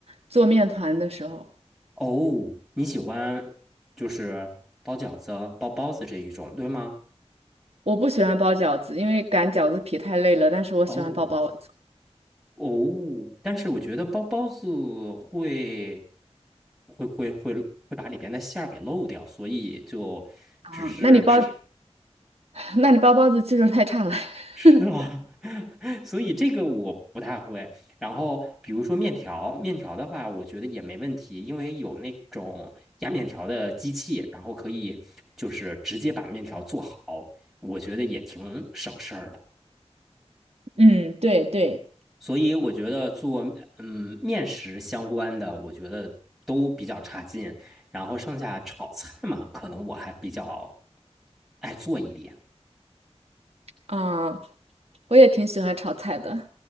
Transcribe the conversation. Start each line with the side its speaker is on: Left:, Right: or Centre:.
Right: 做面团的时候。
Centre: 哦，你喜欢就是包饺子、包包子这一种，对吗？
Right: 我不喜欢包饺子，因为擀饺子皮太累了，但是我喜欢包包子
Centre: 哦，哦，但是我觉得包包子会会会会会把里边的馅儿给漏掉，所以就只是吃
Right: 啊。那你包，
Centre: <laughs>
Right: <laughs> 那你包包子技术太差了。
Centre: 吃的，
Right: <laughs>
Centre: <laughs> 所以这个我不太会。然后比如说面条，面条的话，我觉得也没问题，因为有那种压面条的机器，然后可以就是直接把面条做好，我觉得也挺省事儿的。
Right: 嗯，对对。
Centre: 所以我觉得做嗯面食相关的，我觉得都比较差劲。然后剩下炒菜嘛，可能我还比较爱做一点。
Right: 啊，我也挺喜欢炒菜的，